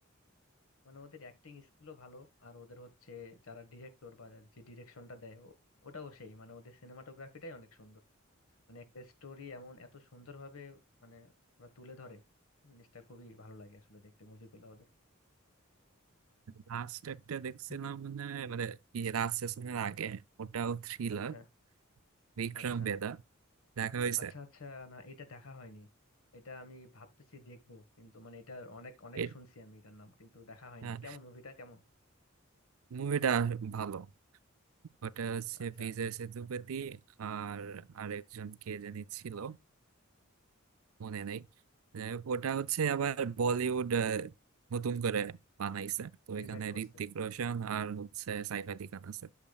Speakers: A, on the left; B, on the right.
A: মানে ওদের অ্যাক্টিং স্কিলও ভালো আর ওদের হচ্ছে যারা ডিরেক্টর বা যে ডিরেকশনটা দেয় ও- ওটাও সেই মানে ওদের সিনেমাটোগ্রাফিটাই অনেক সুন্দর মানে একটা স্টোরি এমন এত সুন্দরভাবে মানে ওরা তুলে ধরে জিনিসটা খুবই ভালো লাগে আসলে দেখতে মুভিগুলো ওদের
B: লাস্ট একটা দেখছিলাম
A: <laughs>
B: মানে মানে কি, রাজ সেশনের আগে ওটাও থ্রিলার
A: আচ্ছা
B: বিক্রম
A: আচ্ছা
B: বেদা দেখা হয়েছে
A: আচ্ছা আচ্ছা না এটা দেখা হয়নি এটা আমি ভাবতেছি দেখবো কিন্তু মানে এটা অনেক অনেক
B: এ-
A: শুনছি আমি এটার নাম কিন্তু দেখা হয়নি
B: হ্যাঁ
A: কেমন মুভিটা কেমন
B: মুভিটা ভালো ওটা হচ্ছে
A: আচ্ছা
B: বিজয়
A: আচ্ছা
B: সেতুপতি আর আরেকজন কে জানি ছিল মনে নেই যাই হোক, ওটা হচ্ছে আবার বলিউড আহ, নতুন করে বানাইছে তো
A: রিমেক
B: এখানে
A: করছে
B: ঋত্বিক রোশন আর হচ্ছে সাইফ আলি খান আছে